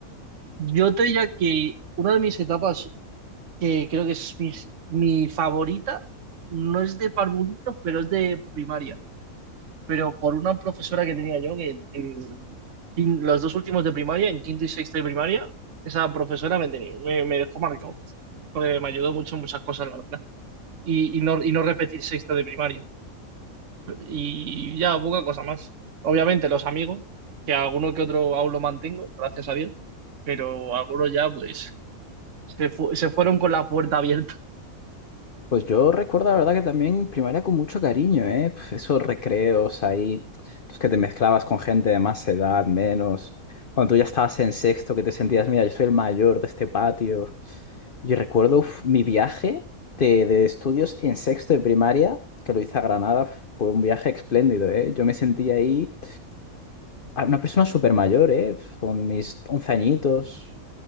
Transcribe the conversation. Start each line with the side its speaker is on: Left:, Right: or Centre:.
Right: Yo te diría que una de mis etapas que creo que es mi, mi favorita, no es de parvulitos, pero es de primaria, pero por una profesora que tenía yo, que en, en los dos últimos de primaria, en quinto y sexto de primaria, esa profesora me, tenía, me, me dejó marcado, porque me ayudó mucho en muchas cosas, la verdad, y, y no, y no repetir sexto de primaria, y ya poca cosa más. Obviamente los amigos, que alguno que otro aún lo mantengo, gracias a Dios, pero algunos ya pues se, fu- se fueron con la puerta abierta.
Left: Pues yo recuerdo, la verdad, que también primaria con mucho cariño, ¿eh? Pf, esos recreos ahí, los que te mezclabas con gente de más edad, menos. Cuando tú ya estabas en sexto, que te sentías, mira, yo soy el mayor de este patio. Yo recuerdo uf, mi viaje de, de estudios en sexto de primaria, que lo hice a Granada, f- fue un viaje espléndido, ¿eh? Yo me sentí ahí a- una persona súper mayor, ¿eh? Pf, Con mis 11 añitos.